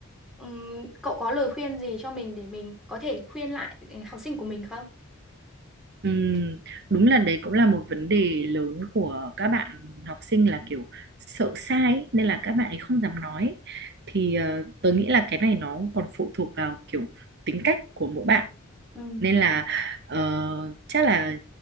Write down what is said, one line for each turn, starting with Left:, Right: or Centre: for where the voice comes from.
Centre: Ừm, cậu có lời khuyên gì cho mình để mình có thể khuyên lại ừ, học sinh của mình không?
Right: Ừm, đúng là đấy cũng là một vấn đề lớn của các bạn học sinh là kiểu sợ sai ấy, nên là các bạn ấy không dám nói thì ờ, tớ nghĩ là cái này nó còn phụ thuộc vào kiểu tính cách của mỗi bạn
Centre: Ừ.
Right: nên là ờ, chắc là